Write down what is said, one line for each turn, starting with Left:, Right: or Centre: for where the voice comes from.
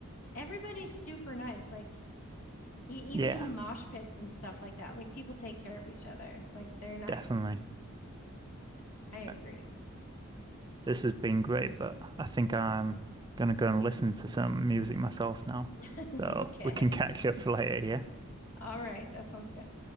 Left: everybody's super nice. Like e
Right: Yeah,
Left: even in the mosh pits and stuff like that, like people take care of each other. Like they're nice.
Right: definitely.
Left: I agree.
Right: Right. This has been great, but I think I'm gonna go and listen to some music myself now.
Left: <laughs>
Right: So
Left: Okay.
Right: we can catch up <laughs> later, yeah?
Left: All right. That sounds good.